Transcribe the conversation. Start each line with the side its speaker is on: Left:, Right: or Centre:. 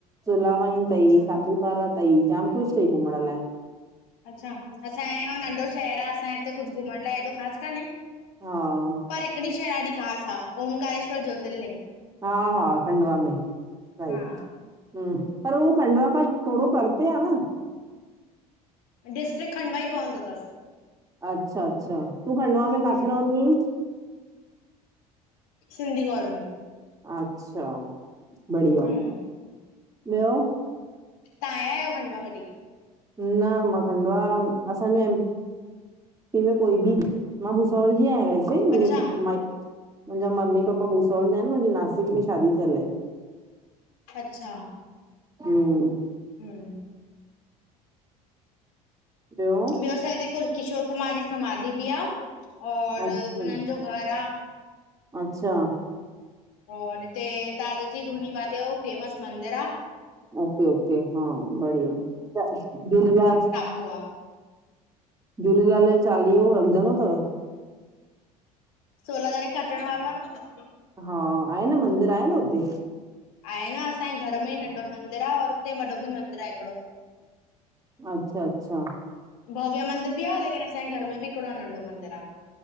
Right: सुला वाईन तई,
Left: अच्छा
Right: सापूत तारा तई, जाम कुछु तई घुमण लाए।
Left: अच्छा, असांजो हेडो नंढो शहर आ, असांजे हिते कुछु घुमण लाए हेॾो ख़ासि कान्हे,
Right: हा।
Left: परे हिकडी़ शहं ॾाढी खास आ, ओमकारेश्वर ज्योतिर्लिंग।
Right: हा-हा खंडवा में, राइट।
Left: हा
Right: हम्म। पर हो खंडवा खां थोडों परते आ न?
Left: डिस्ट्रिक खंडवा ई पवंदो तसि।
Right: अच्छा-अच्छा। तूं खंडवा में काथे
Left: हम्म
Right: रहंदी आहिं?
Left: सिंधी कॉलोनी।
Right: अच्छा, बढ़िया।
Left: हम्म
Right: ॿियो?
Left: तहां आया आयो खंडवा कॾी?
Right: न मां खंडवा, असांजो एम इअ कोई बि, मां भूसावल जी आयां वैसे। मुंजो
Left: अच्छा
Right: श माए मुंजा मम्मी-पापा भूसावल जा इन। मुंजी नासिक में शादी थियल ऐ।
Left: अच्छा
Right: हूं।
Left: हूं।
Right: ॿयो?
Left: ॿियो असां हिते कुल किशोर कुमार जी समाधी बि आ, और
Right: अच्छा
Left: हुनन जो घर आ।
Right: अच्छा।
Left: और हिते, दादा जी धूनीवाले यो फेमस मंदिर आ।
Right: ओके-ओके, हा बढ़िया <unintelligible>
Left: पोआ
Right: झूलेलाल जो चालीहो रमझंदो तव?
Left: सोला तारीख़ खां अचड़ वारो आ न।
Right: हा, आहे न मंदिर, आहे न हुते?
Left: आहे न असांये घर में ई नंढो मंदिर आ, और हुते वॾो बि मंदिर आहे हिकड़ो।
Right: अच्छा-अच्छा
Left: भव्य मंदिर बि आ, लेकिन असांये घर में बि हिकड़ो नंढो मंदिर आ।